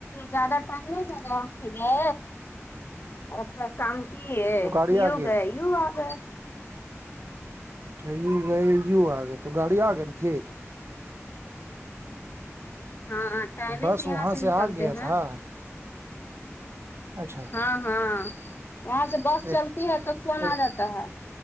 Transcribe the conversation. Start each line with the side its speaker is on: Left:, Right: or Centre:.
Left: زیادہ ٹائم نہیں لگا اور اپنا کام کی ہے
Right: تو گاڑی آ
Left: یوگ
Right: گیا
Left: یو آگ
Right: اچھا یو گئے یو آ گئے تو گاڑی آ گئے ن تھھی
Left: ہاں ٹائم
Right: بس
Left: سے یہاں
Right: وہاں
Left: سے نکلتے
Right: آ گیا
Left: ہیں
Right: تھا اچھا
Left: ہاں ہاں وہاں سے بس
Right: ایک
Left: چلتی ہے تو فون
Right: ایک
Left: آ جاتا ہے